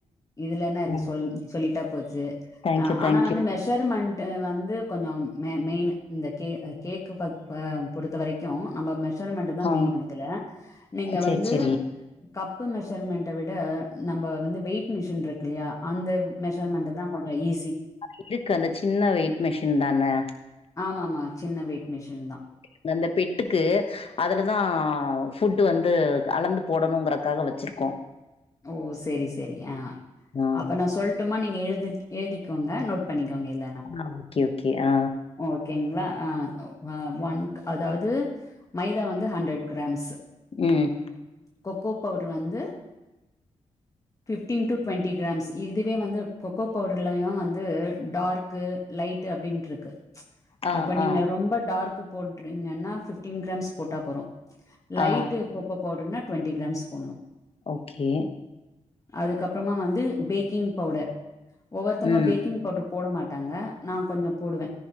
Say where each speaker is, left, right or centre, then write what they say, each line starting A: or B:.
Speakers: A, on the left (about 25°); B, on the left (about 50°).
A: இதுல என்ன இருக்கு
B: ம்.
A: சொல் சொல்லிட்டா போச்சு
B: தேங்க்
A: ஆ
B: யூ
A: ஆனா
B: தேங்க்
A: வந்து
B: யூ.
A: மெஷர்மண்ட் டு வந்து கொஞ்ச மெ மெயினு இந்த கே கேக் பத் பா பொறுத்த வரைக்கும் நம்ம மெசர் மெசேர்மெண்டு தா
B: ஆ
A: மெயினு இதுல நீங்க
B: சரி,
A: வந்து
B: சரி.
A: கப் பு மெஷர்மெண்ட விட நம்ப வந்து வெயிட் மிஷின் இருக்குல்லையா அந்த மெஷர்மெண்டு தா கொஞ்ச ஈஸி
B: ஆ இருக்கு அந்த சின்ன வெயிட் மெஷின் தானே
A: ஆமா ஆமா சின்ன வெயிட் மிஷின் தா
B: அந்தந்த பெட்டுக்கு அதுலதா ஃபுட்டு வந்து அளந்து போடணுங்கறக்காக வச்சிருக்கோ
A: ஓ செரி செரி ஆ
B: ஆ.
A: அப்ப நா சொல்ட்டுமா நீங்க எழுதி எழுதிக்கோங்க நோட் பண்ணிக்கோங்க இல்லன்னா
B: ஆ ஓகே ஓகே ஆ
A: ஓகேங்களா ஆ ஒ ஒன்க் அதாது மைதா வந்து ஹண்ட்ரட் கிராம்ஸு
B: ம்.
A: கொக்கோ பவுடர் வந்து ஃபிஃப்டின் டு டுவெண்ட்டி கிராம்ஸ் இதுவே வந்து கொக்கோ பவுடர்லையு வந்து டார்க்கு லைட்டு அப்டின்டு இருக்கு
B: ஆ,
A: அப்ப நீங்க
B: ஆ,
A: ரொம்ப டார்க்கு போட்றீங்கன்னா ஃபிஃப்டின் கிராம்ஸ் போட்டா போறு லைட்டு
B: ஆ.
A: கொக்கோ பவுடர்னா டுவெண்டி கிராம்ஸ் போட்ணு
B: ஓகே
A: அதுக்கப்புறமா வந்து பேக்கிங் பவுடர் ஒவ்வொருத்தவங்க
B: ம்.
A: பேக்கிங் பவுட்ரு போட மாட்டாங்க நா கொஞ்ச போடுவ